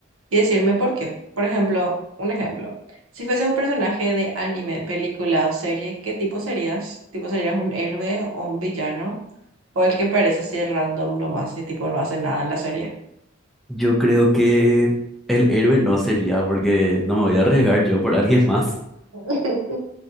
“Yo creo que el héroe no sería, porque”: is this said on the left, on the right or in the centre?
Centre